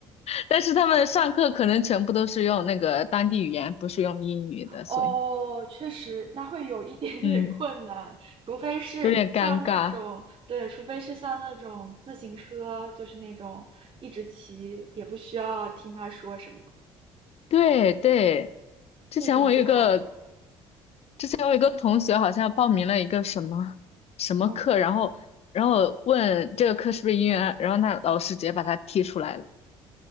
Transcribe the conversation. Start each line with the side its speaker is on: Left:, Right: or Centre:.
Left: 但是他们上课可能全部都是用那个当地语言，不是用英语的，
Right: 哦，
Left: 所以
Right: 确实，那会有一点点
Left: 嗯，
Right: <laughs> 困难，除非是像那种，
Left: 有点尴尬。
Right: 对，除非是像那种自行车，就是那种一直骑，也不需要听他说什么，
Left: 对对，之前我有一个
Right: 那种就还好，
Left: 之前我有一个同学好像报名了一个什么什么课，
Right: 嗯，
Left: 然后然后问这个课是不是英语啊然后那老师直接把他踢出来了，